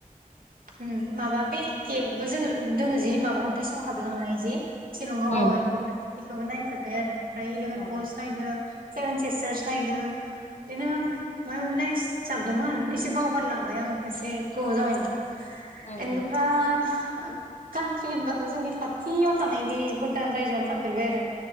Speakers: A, on the right; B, on the left.
A: उम माबा बे केेबबो जोङो दङो जि मा अन्थाइ सिंङाव हाबलांनाय जि शिलंआव
B: उम
A: अ इखोबो इखोबो नायजोबबाय आरो। ओमफ्राय इलेभेन्ट
B: अ
A: पल्स, नायदो सेभेन सिस्टारस नायदो बिदिनो माबा माबि नाय जोबदोंमोन एसे बावगारलांबाय आङो एसे गोबाव जाबायना।
B: ओं
A: इनिफ्राय काउन्ट्रि होनबाथ' जोंनि खाथियाव थानाय बे भुटान रायजोआवनो थांफेरबाय आरो।